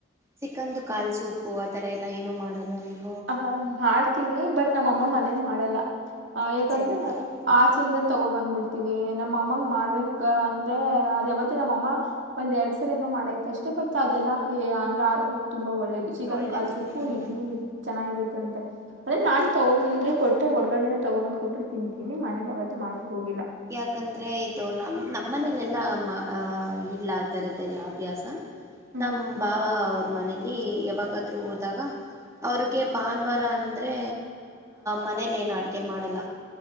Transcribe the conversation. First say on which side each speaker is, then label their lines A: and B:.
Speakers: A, on the right (about 15°); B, on the right (about 75°).
A: ಚಿಕನ್ದು ಕಾಲ ಸೂಪು ಆ ಥರ ಎಲ್ಲ ಏನು ಮಾಡಲ್ವಾ ನೀವು
B: ಹ ಮಾಡ್ತೀವಿ ಬಟ್ ನಮ್ಮ
A: ಹ್ಞೂ
B: ಅಮ್ಮ ಮನೇಲಿ ಮಾಡಲ್ಲ. ಆ ಯಾಕಂದ್ರೆ
A: ಆಚೆಯಿಂದ ತರ್ತಿರ್ತೀರಾ
B: ಆಚೆಯಿಂದ ತಗೋ ಬಂದ್ಬಿಡ್ತೀವಿ ನಮ್ಮ
A: ಹ್ಞೂ
B: ಅಮ್ಮಂಗ ಮಾಡ್ಬ ಕಂದೆ ಅದ ಯಾವತ್ತ ನಮ್ಮ ಅಮ್ಮ ಒಂದ್ ಎರಡ ಸಲ ಏನೋ ಮಾಡೈತ ಅಷ್ಟೇ ಬಟ್ ಅದೆಲ್ಲಾ ಅಂದ್ರೆ ಆರೋಗ್ಯ ತುಂಬಾ ಒಳ್ಳೇದ. ಚಿಕನ್
A: ಒಳ್ಳೆಯದು
B: ಕಾಲ ಸುಪ್ಪು
A: ಹ್ಞೂ
B: ಇಡ್ಲಿ. ಚೆನ್ನಾಗಿರುತ್ತಂತೆ ಅಂದೆ
A: ಹೌದು
B: ನಾನ್ ತಗೊ ಬಂದ್ರ ಕೊಟ್ರೆ ಹೊರ್ಗಡ ತಗೊ ಬಂದ್ ಕೊಟ್ರಿ ತಿಂತೀನಿ ಮನೇಲಿ ಯಾವತ್ತು ಮಾಡೋಕ ಹೋಗಿಲ್ಲ.
A: ಯಾಕಂದ್ರೆ ಇದು ನಮ್ಮ ನಮ್ಮನೇಲೇಲ್ಲ ಮಾ ಆ ಇಲ್ಲ ಆಥರದ್ದೆಲ್ಲ ಅಭ್ಯಾಸ.
B: ಹ್ಮ್
A: ನಮ್ಮ ಬಾವ ಅವ್ರ ಮನೇಲಿ ಯಾವಾಗಾದ್ರು ಹೋದಾಗ ಅವ್ರಿಗೆ ಭಾನುವಾರ ಅಂದ್ರೆ ಮನೇಲಿ ಏನು ಅಡುಗೆ ಮಾಡಲ್ಲ.